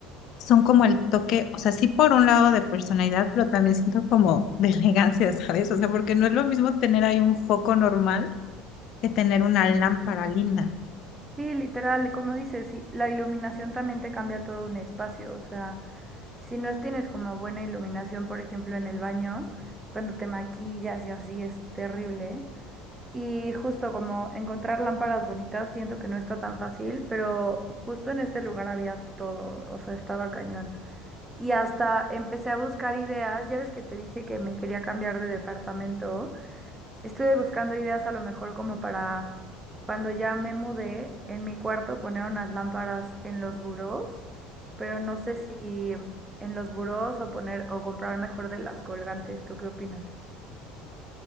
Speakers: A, on the left; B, on the right.
A: son como el toque, o sea, sí por un lado de personalidad, pero también siento como de elegancia, ¿sabes? O sea, porque no es lo mismo tener ahí un foco normal que tener una lámpara linda.
B: Sí, literal, como dices, sí, la iluminación también te cambia todo un espacio, o sea, si no tienes como buena iluminación, por ejemplo, en el baño, cuando te maquillas y así es terrible. Y justo como encontrar lámparas bonitas, siento que no está tan fácil, pero justo en este lugar había todo, o sea, estaba cañón. Y hasta empecé a buscar ideas, ya ves que te dije que me quería cambiar de departamento. Estuve buscando ideas a lo mejor como para cuando ya me mudé, en mi cuarto poner unas lámparas en los burós, pero no sé si en los burós o poner o comprar mejor de las colgantes. ¿Tú qué opinas?